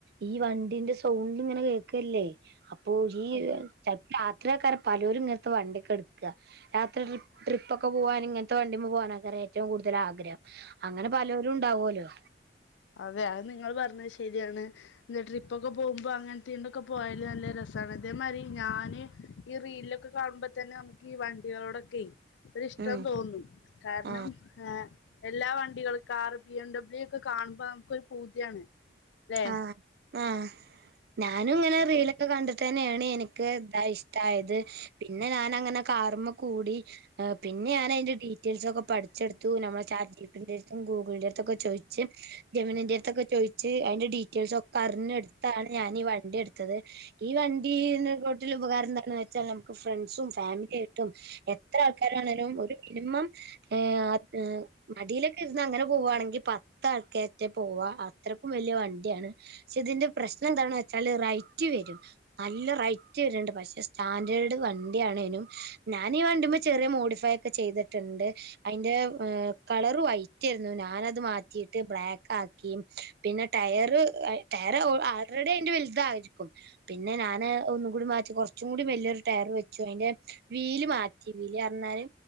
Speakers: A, on the right; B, on the left.
A: ഈ വണ്ടിന്റെ സൗണ്ട് ഇങ്ങനെ കേക്കല്ലേ അപ്പൊ ഈച
B: അത്
A: രാത്രി ആക്കാരം പലോരും ഇങ്ങൻത്തെ വണ്ടിയൊക്കെ ഇട്ക്ക. രാത്രി ട്രിപ്പ് ഡ്രിപ്പ്ക്കെപോവാൻ ഇങ്ങൻത്തെ വണ്ടിമ്മെ പോകാനൊക്കരം ഏറ്റവും കൂടുതൽ ആഗ്രഹം. അങ്ങനെ പാലോരും ഇണ്ടാവോലോ?
B: അതെ അത് ന്നിങ്ങൾ പറഞ്ഞത് ശെരിയാണ്. ലെ ട്രിപ്പൊക്കെ പോകുമ്പോ അങ്ങനത്തീണ്ടൊക്കെ പോയാല് നല്ലെ രെസാണ് ഇതേമാരി ഞാന് ഈ റീലിലൊക്കെ കാണുമ്പോതന്നെ ന്നമുക്കീ വണ്ടികളോടൊക്കെയ് ഒരിഷ്ട്ടം
A: ഉം
B: തോന്നും കാര്ണം
A: ആഹ്
B: ഏഹ് എല്ലാ വണ്ടികൾ കാറ് ബി എം ഡബ്ല്യു ഒക്കെ കാണുമ്പോ ന്നമുക്കൊരു പൂതിയാണ് ലെ?
A: ആഹ് ആഹ് ഞാനും ഇങ്ങനെ
B: അപ്പൊ
A: റീലൊക്കെ കണ്ട് തെന്നെണ് എനിക്ക് ഇതാ ഇഷ്ട്ടായത് പിന്നെ ഞാൻ അങ്ങനെ കാർമ്മെകൂടി ഏഹ് പിന്നെ ഞാൻ അയ്ന്റെ ഡീറ്റെയിൽസൊക്കെ പഠിച്ചെടുത്തു നമ്മളെ ചാറ്റ്പ്പിന്റെ എട്തും ഗൂഗിളിന്റെ എട് തൊക്കെ ചോയ്ച്ച് ജെമിനിന്റെ എട്ത്തൊക്കെ ചോയ്ച്ച് അയിന്റെ ഡീറ്റെയിൽസൊക്കെ അറിഞ്ഞെടുത്താണ് ഞാൻ ഈ വണ്ടി എട്ത്തത്. ഈ വണ്ടീ ഇതിനെ തോട്ടിൽ ഉപകാരം എന്താണെന്ന് വെച്ചാൽ നമുക്ക് ഫ്രണ്ട്സും ഫാമിലിയായിട്ടും എത്രേ ആൾക്കാരാണെലും ഒരു മിനിമം ഏഹ് ആഹ് മടീലൊക്കെ ഇര്ന്ന് അങ്ങനെ പോവാണെങ്കി പത്ത് ആള്ക്കേറ്റെ പോവ അത്രയ്ക്കും വല്ല്യാ വണ് ണ്ടിയാണ് പക്ഷേ ഇതിന്റെ പ്രശ്നം എന്താണ് വെച്ചാല് റൈറ്റ് വെരും. നല്ലെ റൈറ്റ് വെര്ണ്ഇണ്ട് പക്ഷെ സ്റ്റാൻഡേർഡ് വണ്ടിയാണേനും ഞാനീ ഈ വണ്ടിമ്മേ ചെറിയെമോഡിഫൈ ഒക്കെ ചെയ്തിട്ടുണ്ട്. അയ്ന്റെ ഏ കളെർ വൈറ്റെര്ന്നു ഞാനത് മാറ്റിയിട്ട് ബ്ലാക്കാക്കി പിന്നെ ട്ടയെർ ഒര് ആ ടയർ ആൾറെഡി അയ്ന്റെ വെലുതായിരിക്കും പിന്നെ ഞാന് ഒന്നുകൂടിമാറ്റി കൊർച്ചും കൂടി വെല്ലിയൊരു ടയെർ വെച്ചു അയിന്റെ വീല് മാറ്റി വീല് അർഞ്ഞാല്